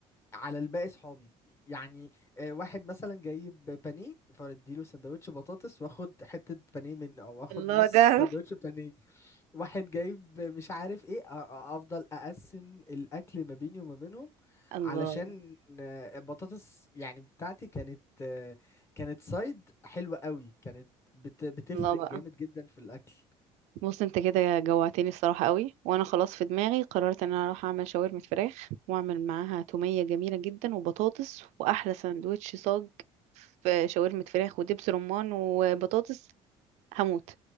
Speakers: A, on the left (about 20°); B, on the right (about 70°).
A: على الباقي صحابي يعني آه، واحد مثلا جايب بانيه فاديله سندوتش بطاطس واخد حتة بانيه منه او اخد
B: الله
A: نص
B: ده
A: سندوتش بانيه واحد جايب مش عارف ايه أ- أ- افضل اقسم الاكل ما بيني وما بينهم
B: الله
A: علشان آه، البطاطس يعني بتاعتي كانت آه، كانت سايد حلوة قوي كانت بت- بتفرق
B: الله بقى
A: جامد جدا في الأكل
B: بص انت كده جوعتني الصراحة قوي وانا خلاص في دماغي قررت ان انا اروح اعمل شاورما فراخ واعمل معاها تومية جميلة جدا وبطاطس واحلى سندوتش صاج في شاورما فراخ ودبس رمان وبطاطس هموت